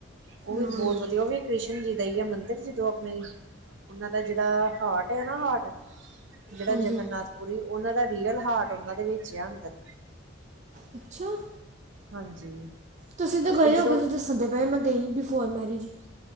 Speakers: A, on the right; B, on the right.
A: ਉਹ ਵੀ
B: ਨਾ
A: ਬਹੁਤ
B: ਨਾ
A: ਵਧੀਆ ਉਹ ਵੀ ਕ੍ਰਿਸ਼ਨ ਜੀ ਦਾ ਹੀ ਹੈ ਮੰਦਿਰ ਜਦੋਂ ਆਪਣੇ ਉਹਨਾਂ ਦਾ ਜਿਹੜਾ ਹਾਰਟ ਆ ਨਾ ਹਾਰਟ ਜਿਹੜਾ
B: ਹਾਂਜੀ
A: ਜਗਨਨਾਥ ਪੁਰੀ ਉਹਨਾਂ ਦਾ ਰੀਅਲ ਹਾਰਟ ਉਹਨਾਂ ਦੇ ਵਿੱਚ ਆ ਅੰਦਰ
B: ਅੱਛਾ
A: ਹਾਂਜੀ
B: ਤੁਸੀਂ ਇੱਧਰ ਗਏ
A: ਉਹ ਜਦੋਂ
B: ਹੋਗੇ ਤੁਸੀ ਦੱਸਣ ਦੇ ਪਏ ਮੈਂ ਗਈ ਬਿਫੋਰ ਮੈਰਿਜ